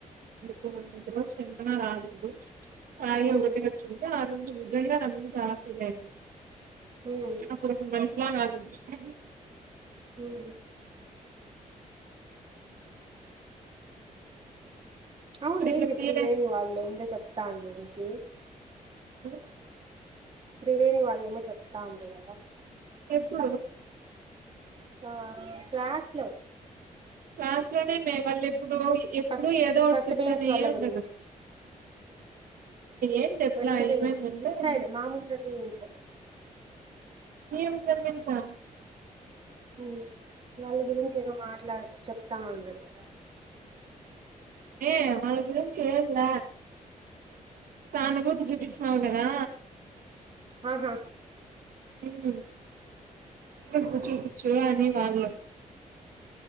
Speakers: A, on the right; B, on the right.
A: చేసిన చందన రాలేదు. సాయి ఉండొద్దు
B: ఉమ్
A: అన్ ఒచ్చి ఉంటే ఆ రోజు నిజంగా నందిని చాలా ఫిల్ అయింది.
B: మ్
A: అప్పుడు ఒక మనిషిలా ఆలోచిస్తే
B: ఉమ్ అవును
A: ఇప్పుడు
B: ఏంది
A: ఇట్లా ఫీల్
B: త్రివేణి
A: అయి
B: వాళ్ళు ఏందో చెప్తా అన్నార్ నీకీ
A: అ
B: త్రివేణి వాళ్ళేమో చెప్తాన్నార్ గదా
A: ఎప్పుడు?
B: ఆ క్లాస్లో
A: క్లాస్లో నేన్ మే వల్లెప్పుడో ఎప్పుడు
B: ఫస్ట్
A: ఏదో ఒకటి
B: ఫస్ట్
A: చెప్తానే
B: బెంచ్ వాళ్ళ
A: ఉన్నరు.
B: గురించి
A: ఏం చెప్పలా
B: ఫస్ట్ బెంచ్
A: ఏమైందటే
B: ఇట్ సైడ్
A: మ్
B: మా ముందర బెంచ్
A: మీరు ముందల్ నుంచా
B: మ్ వాళ్ళ గురించి ఏదో మాట్లాడ్ చెప్తా ఉన్నార్ కదా
A: ఏ వాళ్ళ గురించ్ ఏం లా ఫ్యాను చూపిచినాం కదా
B: ఆహా!
A: మ్ నీకు చూపిచ్చు అని వాళ్ళు